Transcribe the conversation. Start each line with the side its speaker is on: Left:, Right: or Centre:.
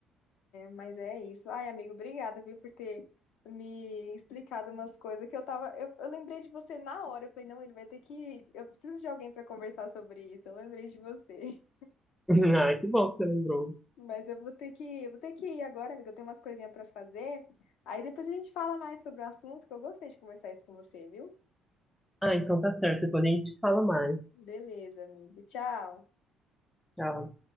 Left: Mas é isso. Ai, amigo, obrigada, viu, por ter me explicado umas coisas que eu tava. Eu, eu lembrei de você na hora. Eu falei, não, ele vai ter que. Eu preciso de alguém para conversar sobre isso. Eu lembrei de você.
Centre: Ah, que bom que você lembrou.
Left: <laughs> Mas eu vou ter que, vou ter que ir agora, amiga. Eu tenho umas coisinhas para fazer. Aí depois a gente fala mais sobre o assunto, que eu gostei de conversar isso com você, viu?
Centre: Ah, então tá certo. Depois a gente fala mais.
Left: Beleza, amigo. Tchau.
Centre: Tchau.